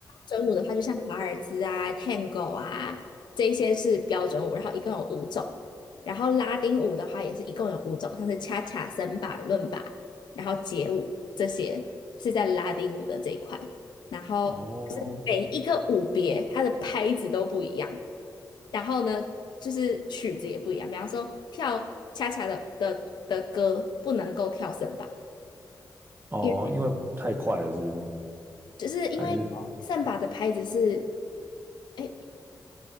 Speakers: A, on the left; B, on the right.
A: 准舞的话，就像华尔兹啊、Tango 啊这一些是标准舞，然后一共有五种。然后拉丁舞的话也是一共有五种，像是恰恰、森巴、伦巴，然后街舞这些是在拉丁舞的这一块。然后就是每一个舞别，
B: 哦
A: 它的拍子都不一样。然后呢，就是曲子也不一样，比方说跳恰恰的的的歌不能够跳圣巴，
B: 哦，
A: 因为
B: 因为太快了，是不是？
A: 就是因为圣巴的拍子是，
B: 还是
A: 哎，